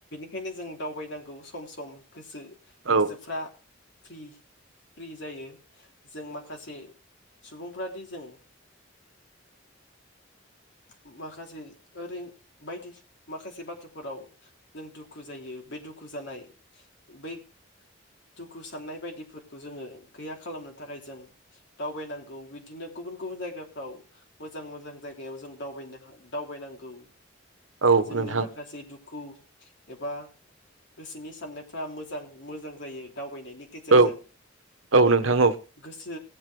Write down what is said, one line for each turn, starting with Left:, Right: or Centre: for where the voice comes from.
Left: ओंखायनो जों दावबायनांगौ सम सम गोसो गोसोफ्रा
Right: औ
Left: फ्रि फ्रि जायो जों माखासे सुबुंफोरादि जों माखासे ओरै बायदि माखासे बाथ्राफोराव जों दुखु जायो। बे दुखु जानाय बै दुखु साननाय बायदिफोरखौ जोङो गैया खालामनो थाखाय जों दावबायनांगौ बिदिनो गु बुन गुबुन जायगाफ्राव मोजां मोजां जाय गायाव जों दावबायनोहा दावबायनांगौ
Right: औ
Left: जोंनि
Right: नोंथां
Left: माखासे दुु खु एबा गोसोनि साननायफ्रा मोजां मोजां जायो दाव बायनायनि गेजेरजों
Right: औ औ नोंथां
Left: गोसो